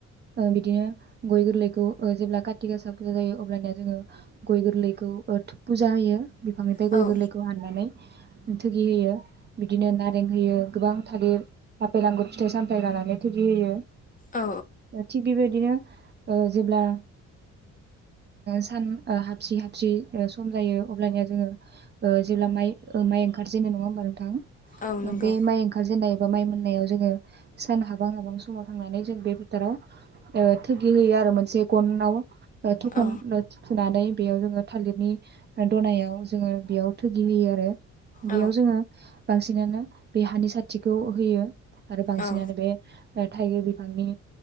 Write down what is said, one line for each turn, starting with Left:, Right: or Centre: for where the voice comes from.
Right: बिदिनो गय गोरलैखौ जेब्ला कारति गासा फुजा जायो अब्लानया जोङो गय गोरलैखौ फुजा होयो। बिफांनिफ्राय
Left: औ
Right: गय गोरलैखौ हाननानै‌। थुगि होयो बिदिनो नारें होयो। गोबां थालिर आफेल आंगुर फिथाइ सामथाय लानानै थोगि होयो।
Left: औ
Right: थिग बिबाय दिनो जेब्ला सान हाबसि हाबसि सम जायो अब्लानिया जोङो जेब्ला माइ माइ ओंखारजे नङा होमबा नोंथां?
Left: औ नंगौ
Right: बे माइ ओंखारजेननाय बा माइ मोननायाव जोङो सान हाबां हाबां समाव थांनानै जों बे फोथोराव थोगि होयो आरो मोनसे गनाव थखन
Left: औ
Right: सुनानै बेयाव जोङो थालिरनि दनायाव जोङो बेयाव थोगि होयो आरो बेयाव
Left: औ
Right: जोङो बांसिनानो बे हानि साथिखौ होयो आरो बांसिनानो
Left: औ
Right: बे बा थाइगिर बिफांनि